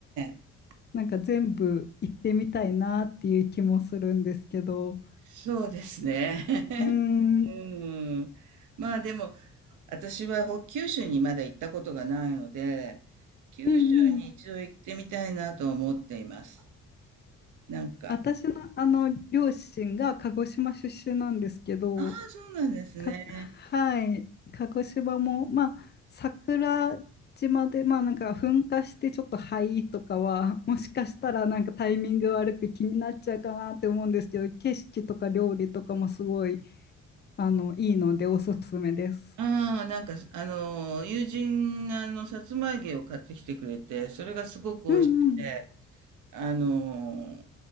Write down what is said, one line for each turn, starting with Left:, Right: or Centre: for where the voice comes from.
Right: え。ええ
Left: なんか全部行ってみたいなっていう気もするんですけど、
Right: そうですね。<laughs>
Left: うーん、うん
Right: うん。まあでも、私はほ九州にまだ行ったことがないので、九州に一度行ってみたいなと思っています。
Left: うん。
Right: なんか、
Left: 私のあの両親が鹿児島出身なんですけど、
Right: ああ、そうなんですね。
Left: か、はい、鹿児島も、まあ、桜島で、まあなんか噴火してちょっと灰とかは、もしかしたらなんかタイミング悪く気になっちゃうかなって思うんですけど、景色とか料理とかもすごい、あの、いいのでおすすめです。
Right: ああ、なんか、あの、友人があの、さつま揚げを買ってきてくれて、それがすごく美味しくて、
Left: うんうん。
Right: あの、